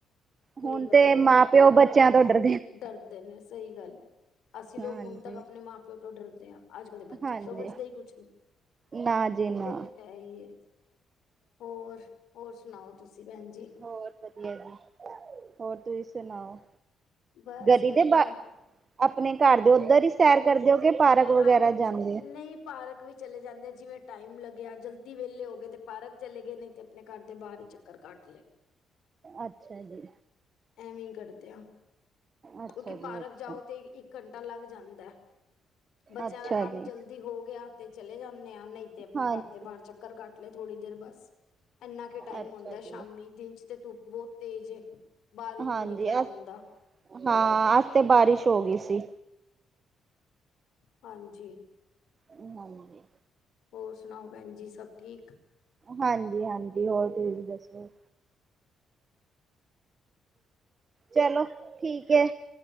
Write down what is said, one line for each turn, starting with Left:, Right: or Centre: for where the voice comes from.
Left: ਸਹੀ
Right: ਹੁਣ
Left: ਗੱਲ
Right: ਤੇ
Left: ਹੈ
Right: ਮਾਂ ਪਿਓ ਬੱਚਿਆਂ ਤੋਂ ਡਰ
Left: ਡਰਦੇ ਨੇ ਸਹੀ ਗੱਲ ਹੈ, ਅਸੀਂ
Right: ਹਾਂਜੀ।
Left: ਲੋਕ ਹੁਣ ਤੱਕ ਆਪਣੇ ਮਾਂ ਪਿਓ ਤੋਂ ਡਰਦੇ ਹਾਂ। ਅੱਜ ਕੱਲ ਦੇ ਬੱਚੇ
Right: ਹਾਂਜੀ,
Left: ਸਮਝਦੇ ਹੀ ਕੁਛ ਨਹੀਂ।
Right: ਨਾ ਜੀ
Left: ਇਹ
Right: ਨਾ,
Left: ਤੇ ਹੈ ਹੀ, ਹੋਰ -ਹੋਰ ਸੁਣਾਓ ਤੁਸੀਂ ਭੈਣ ਜੀ
Right: ਹੋਰ ਵਧੀਆ ਜੀ, ਹੋਰ ਤੁਸੀਂ ਸੁਣਾਓ
Left: ਬਸ
Right: ਗਲੀ
Left: ਵਧੀਆ।
Right: ਦੇ ਬਾਅਦ, ਆਪਣੇ ਘਰ ਦੇ ਉੱਧਰ ਹੀ ਸੈਰ ਕਰਦੇ ਹੋ ਕਿ ਪਾਰਕ ਵਗੈਰਾ
Left: ਹਾਂਜੀ
Right: ਜਾਂਦੇ ਹੋ
Left: ਨਹੀਂ ਪਾਰਕ ਵੀ ਚਲੇ ਜਾਂਦੇ ਆ ਜਿਵੇਂ ਟਾਈਮ ਲੱਗਿਆ ਜਲਦੀ ਵਿਹਲੇ ਹੋ ਗਏ ਤੇ ਪਾਰਕ ਚਲੇ ਗਏ ਨਹੀਂ ਤੇ ਆਪਣੇ ਘਰ ਦੇ ਬਾਹਰ ਚਕਰ ਕਟ ਲਏ
Right: ਅੱਛਾ ਜੀ।
Left: ਐਵੇਂ ਹੀ ਕਰਦੇ ਹਾਂ,
Right: ਅੱਛਾ
Left: ਕਿਉਂਕਿ
Right: ਜੀ
Left: ਪਾਰਕ
Right: ਅੱਛਾ,
Left: ਜਾਓ ਤੇ ਇੱਕ ਘੰਟਾ ਲੱਗ ਜਾਂਦਾ। ਬੱਚਿਆਂ
Right: ਅੱਛਾ
Left: ਦਾ ਕੰਮ
Right: ਜੀ,
Left: ਜਲਦੀ ਹੋ ਗਿਆ ਤੇ ਚਲੇ ਜਾਂਦੇ ਆਂ, ਨਹੀਂ ਤੇ ਆਪਣੇ
Right: ਹਾਂਜੀ।
Left: ਘਰ ਦੇ ਬਾਹਰ ਚੱਕ ਚਕਰ ਕਟ ਲਏ, ਥੋੜੀ ਦੇਰ ਬਸ ਇੰਨਾ ਟਾਈਮ
Right: ਅੱਛਾ
Left: ਹੁੰਦਾ
Right: ਜੀ।
Left: ਸ਼ਾਮੀ ਦਿਨ ਚ ਤੇ ਧੁੱਪ ਬਹੁਤ ਤੇਜ਼ ਬਾਹਰ ਨੀ ਨਿਕਲਣ
Right: ਹਾਂਜੀ, ਅ
Left: ਆਉਂਦਾ
Right: ਹਾਂ ਅੱਜ ਤੇ ਬਾਰਿਸ਼ ਹੋ ਗਈ ਸੀ।
Left: ਹਾਂਜੀ।
Right: ਹ ਹਾਂਜੀ।
Left: ਹੋਰ ਸੁਣਾਓ ਭੈਣ ਜੀ ਸਭ ਠੀਕ?
Right: ਹਾਂਜੀ- ਹਾਂਜੀ ਹੋਰ ਤੁਸੀਂ ਦੱਸੋ ਚਲੋ ਠੀਕ ਹੈ।